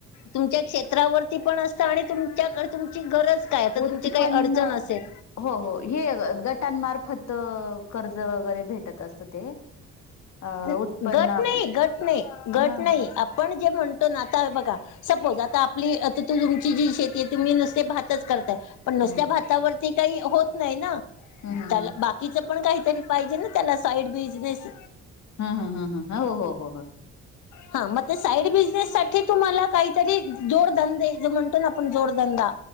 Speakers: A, on the left (about 80°); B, on the left (about 60°).
A: तुमच्या क्षेत् -त्रावरती पण असतं आणि तुमच्याकड् तुमची गरज काय? आता
B: उत्पन्न
A: तुमची काय अडचण असेल.
B: हो हो हे गटांमार्फत कर्ज वगैरे भेटत असतं ते. अ
A: गट
B: उत्पन्न आपलं
A: नई गट नई गट
B: हा
A: नई आपण जे म्हणतो ना आता बघा सपोज आता आपली अता तू तुमची जी शेतीय. तुम्ही नुसते भातच करताय पण
B: हम्म
A: नुसत्या भातावरती काई होत नई ना
B: हम् हम
A: त्याला
B: हम
A: बा -कीचं पण काहीतरी पायजे न त्याला साईड बिजनेस
B: हम हम हम हम, हो हो हो हो.
A: हा म ते साईड बिझनेस साठी तुम्हाला काईतरी जोडधंदे ज म्हणतो ना आपण जोडधंदा